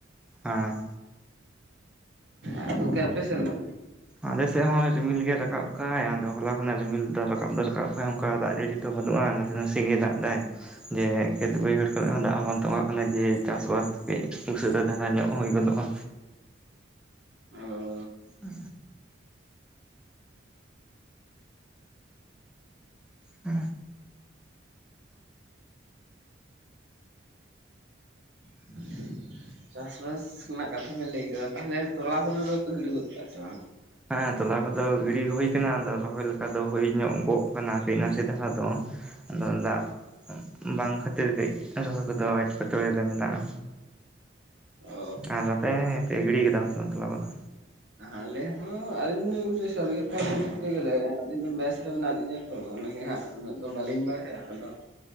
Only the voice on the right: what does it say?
ᱦᱮᱸ ᱜᱚᱢᱠᱮ ᱟᱯᱮ ᱥᱮᱱ ᱫᱚ
ᱚ
<unintelligible> ᱪᱟᱥᱵᱟᱥ ᱨᱮᱱᱟᱜ ᱠᱟᱛᱷᱟ ᱵᱤᱱ ᱞᱟᱹᱭ ᱠᱮᱫᱟ ᱛᱟᱦᱚᱞᱮ ᱛᱚᱲ ᱠᱚᱜᱮ ᱫᱚ ᱯᱮ ᱜᱤᱲᱤ ᱜᱚᱫ ᱠᱟᱜᱼᱟ ᱥᱮ ᱵᱟᱝ?
ᱚ
ᱟᱞᱮ ᱦᱚᱸ ᱟᱹᱞᱤᱧ ᱥᱟᱹᱨᱤ ᱠᱟᱛᱷᱟ ᱞᱟᱹᱭ ᱠᱚᱨᱛᱮ ᱜᱮᱞᱮ ᱟᱹᱞᱤᱧ ᱫᱚ ᱢᱮᱥ ᱨᱮ ᱢᱮᱱᱟᱜ ᱞᱤᱧᱟᱹ᱾ ᱛᱚ ᱚᱱᱟᱜᱮ ᱦᱟᱸᱜ ᱩᱱᱟᱹᱜ ᱫᱚ ᱵᱟᱹᱞᱤᱧ ᱵᱟᱲᱟᱭᱟ ᱟᱫᱚ